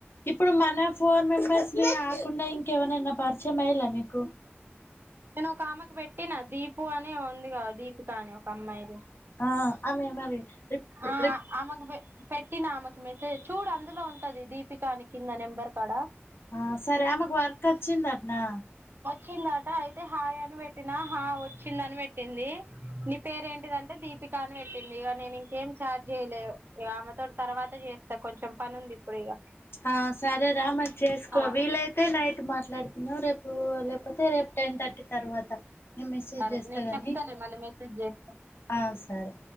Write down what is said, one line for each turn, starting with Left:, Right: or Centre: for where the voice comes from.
Left: ఇప్పుడు మన ఫోర్ మెంబర్స్ ని కాకుండా ఇంకెవరినైనా పరిచయం అయిండ్ల నీకు
Right: నేను ఒక ఆమెకు పెట్టినా దీపు అని ఉంది కా దీపిక అని ఒక అమ్మాయి
Left: ఆ ఆమె ఏమన్న రిచ్ కి
Right: ఆ ఆమెకు పె పెట్టిన ఆమెకు మెసేజ్ చూడు అందులో ఉంటది దీపికని కింద నెంబర్ కాడ
Left: ఆ సరే ఆమెకు వర్క్ వచ్చింద అటనా
Right: చిన్నయితే అయితే హాయ్ అని పెట్టినా హా వచ్చిందని పెట్టింది నీ పేర ఏంటిదంటే దీపిక అని పెట్టింది ఇక నేను ఇంకేం చాట్ చేయలేదు ఇక ఆమెతోటి తర్వాత చేస్తా కొంచెం పని ఉంది ఇప్పుడు ఇక
Left: ఆ సరేరా మరి చేసుకో
Right: ఆ
Left: వీలైతే నైట్ మర్ మాట్లాడుకుందాం రేపూ లేపోతే రేపు టెన్ థర్టి తర్వాత. నేను మెసేజ్
Right: సరే
Left: చేస్తా
Right: నేను
Left: గాని
Right: చెప్తాలే మళ్ళీ మెసేజ్ చేస్త.
Left: ఆ సరే